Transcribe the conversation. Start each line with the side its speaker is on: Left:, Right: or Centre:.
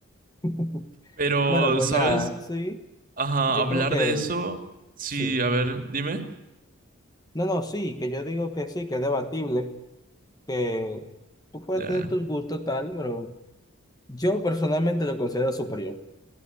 Left: <laughs>
Right: Pero,
Left: Bueno, pues
Right: ¿sabes?
Left: nada, sí.
Right: Ajá,
Left: Yo
Right: hablar
Left: creo que
Right: de eso. Sí,
Left: sí.
Right: a ver, dime.
Left: No, no, sí, que yo digo que sí, que es debatible, que tú puedes
Right: Ya.
Left: tener tus gustos tal, pero yo personalmente lo considero superior.